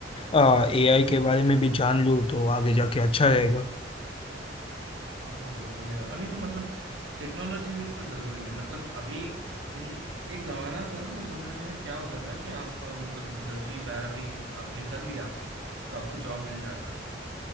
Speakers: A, on the left; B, on the right.
A: ए आई के बारे में भी जान लूँ तो आगे जाके अच्छा रहेगा
B: हाँ वो तो है अभी तो मतलब टेक्नोलॉजी भी तो जरूरी है मतलब अभी तुम एक जमाना था ना उस जमाने में क्या होता था कि आप अ, मतलब दसवीं बारहवीं आपने कर लिया तो आपको जॉब मिल जाता था